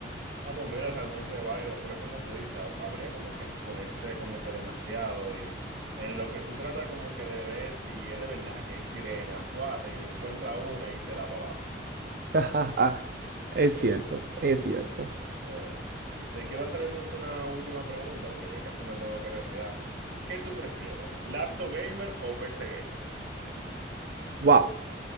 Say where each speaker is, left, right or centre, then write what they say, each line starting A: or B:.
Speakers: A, on the right; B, on the right.
A: Ah, pues mira, realmente válido, pero es como tú dices, ha- habría como que exponerse como que demasiado y en lo que tú tratas como que de ver si es de verdad que hay sirena, fuá, te encuentra una y te da para abajo. <laughs>
B: <laughs> Es cierto, es cierto.
A: Eh, ok. Te quiero hacer entonces una última pregunta porque ya casi me tengo que retirar. ¿Qué tú prefieres, laptop gamer o PC gamer?
B: Wow,